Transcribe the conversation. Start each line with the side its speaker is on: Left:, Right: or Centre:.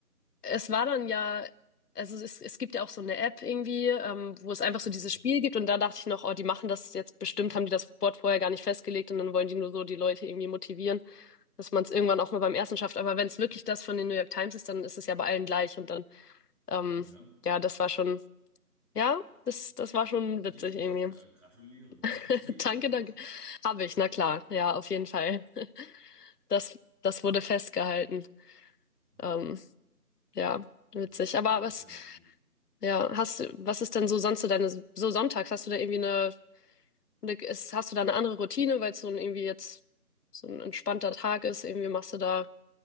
Left: es war dann ja, also es, es gibt ja auch so eine App irgendwie, ähm, wo es einfach
Right: Mhm.
Left: so dieses Spiel gibt und da dachte ich noch, oh, die machen das jetzt bestimmt, haben die das Board vorher gar nicht festgelegt und dann wollen die nur so die Leute irgendwie motivieren, dass man es irgendwann auch mal beim ersten schafft. Aber wenn es wirklich das von den New York Times ist, dann ist es ja bei allen gleich und dann, ähm,
Right: Ja,
Left: ja, das war schon, ja, das, das war schon
Right: nicht
Left: witzig
Right: schlecht,
Left: irgendwie.
Right: gra- gratuliere. Hast
Left: <laughs>
Right: einen Screenshot
Left: Danke,
Right: gemacht?
Left: danke. Habe ich,
Right: <laughs>
Left: na klar, ja, auf jeden Fall. Das, das wurde festgehalten.
Right: Ne,
Left: Ähm, ja, witzig.
Right: Das,
Left: Aber
Right: ja, das
Left: was
Right: ist ja lustig.
Left: Ja, hast du, was ist denn so sonst so deine, so sonntags, hast du da irgendwie eine, eine ist, hast du da eine andere Routine, weil es so ein irgendwie jetzt so ein entspannter Tag ist, irgendwie machst du da,